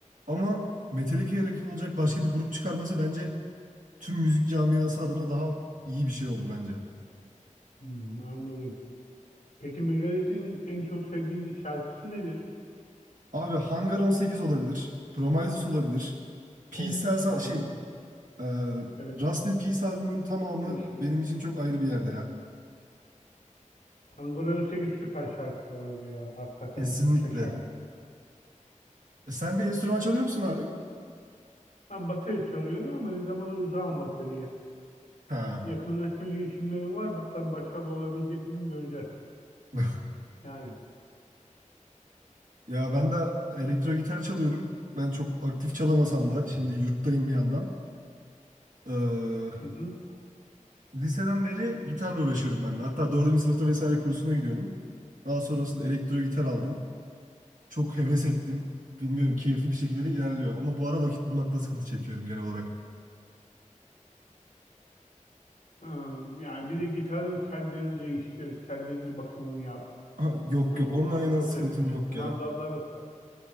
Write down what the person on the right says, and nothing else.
Ama Metallica'ya rakip olacak başka bir grup çıkarması bence tüm müzik camiası adına daha iyi bir şey oldu bence.
Abi Hangar 18 olabilir. Promises olabilir. Peace
Cells-
şey e,
Rust in Peace albümünün tamamı
benim için çok ayrı bir yerde ya.
Kesinlikle.
E, sen bir enstrüman çalıyor musun abi?
Ha.
<laughs>
Ya ben de elektro gitar çalıyorum. Ben çok aktif çalamasam da şimdi yurttayım bir yandan. Ee,
liseden beri gitarla uğraşıyorum ben de. Hatta dördüncü sınıfta vesaire kursuna gidiyordum. Daha sonrasında elektro gitar aldım. Çok heves ettim. Bilmiyorum keyifli bir şekilde de ilerliyor. Ama bu ara vakit bulmakta sıkıntı çekiyorum genel olarak.
Ha, yok
yok ondan
yana sıkıntım
yok
ya.